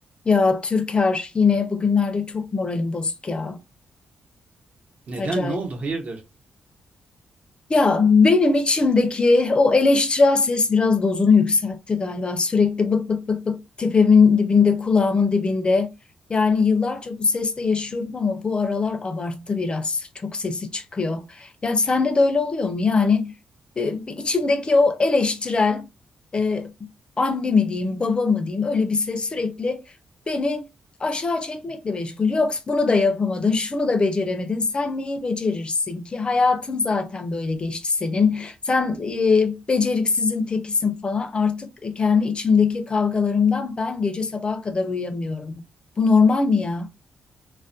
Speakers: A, on the left (about 30°); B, on the right (about 50°).
A: Ya Türker yine bugünlerde çok moralim bozuk ya.
B: Neden?
A: Acayip.
B: Ne oldu? Hayırdır?
A: Ya benim içimdeki o eleştirel ses biraz dozunu yükseltti galiba. Sürekli bık bık bık bık tepemin dibinde, kulağımın dibinde. Yani yıllarca bu sesle yaşıyorum ama bu aralar abarttı biraz. Çok sesi çıkıyor. Ya sende de öyle oluyor mu? Yani e, bir içimdeki o eleştirel e, anne mi diyeyim, baba mı diyeyim öyle bir ses sürekli beni aşağı çekmekle meşgul. Yok bunu da yapamadın, şunu da beceremedin. Sen neyi becerirsin ki? Hayatın zaten böyle geçti senin. Sen e, beceriksizin tekisin falan. Artık kendi içimdeki kavgalarımdan ben gece sabaha kadar uyuyamıyorum. Bu normal mi ya?